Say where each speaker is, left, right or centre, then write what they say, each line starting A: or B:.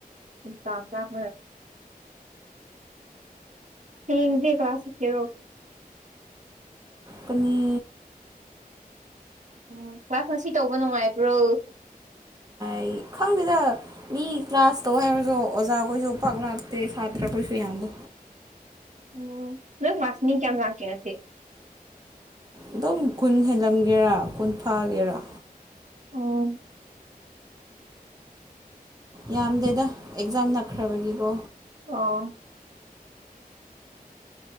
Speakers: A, on the right; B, on the right.
A: <unintelligible> ꯍꯌꯦꯡꯗꯤ ꯀ꯭ꯂꯥꯁ ꯆꯠꯀꯦꯔꯣ
B: ꯀꯅꯤ
A: ꯎꯝ ꯈ꯭ꯋꯥꯢ ꯐꯥꯔꯁꯁꯤ ꯇꯧꯕ ꯅꯨꯡꯉꯥꯏꯕ꯭ꯔꯣ
B: ꯑꯩ ꯈꯪꯗꯦꯗ ꯃꯤ ꯀ꯭ꯂꯥꯁ ꯇꯧ ꯍꯥꯏꯔꯒ ꯑꯣꯖꯥꯈꯣꯏꯁꯨ ꯄꯥꯛ ꯂꯥꯛꯇꯦ ꯁꯥꯇ꯭ꯔꯈꯣꯏꯁꯨ ꯌꯥꯝꯗꯦ
A: <inaudible> ꯎꯝ ꯅꯪ ꯀ꯭ꯂꯥꯁ ꯃꯤ ꯀꯌꯥꯝ ꯂꯥꯛꯀꯦ ꯉꯁꯤ
B: ꯑꯗꯨꯝ ꯀꯨꯟ ꯍꯦꯜꯂꯝꯒꯦꯔꯥ ꯀꯨꯟ ꯐꯥꯒꯦꯔꯥ
A: ꯑꯣ
B: ꯌꯥꯝꯗꯦꯗ ꯑꯦꯛꯖꯥꯝ ꯅꯛꯈ꯭ꯔꯕꯒꯤꯀꯣ
A: ꯑꯥ